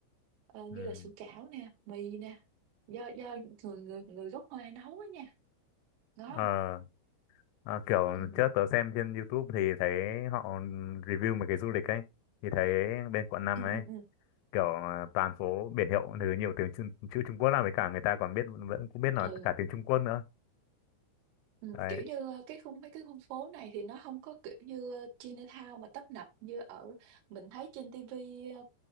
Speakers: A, on the right; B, on the left.
A: ờ, như
B: ừ,
A: là sủi cảo nè mì nè do do người người người gốc Hoa nấu á nha ngon
B: ờ ờ, kiểu
A: ừ
B: trước tớ xem trên YouTube thì thấy họ review mấy cái du lịch ấy thì thấy bên quận năm
A: ừ
B: ấy
A: ừ ừ
B: kiểu à, toàn phố biển hiệu thứ nhiều tiếng chữ, chữ Trung Quốc là với cả người ta còn biết vẫn cũng biết nói
A: Ừ.
B: cả tiếng Trung Quốc nữa
A: Ừ,
B: đấy
A: kiểu như ờ, cái khung mấy cái khu phố này thì nó không có kiểu như ờ, Chinatown mà tấp nập như ở mình thấy trên tivi ờ,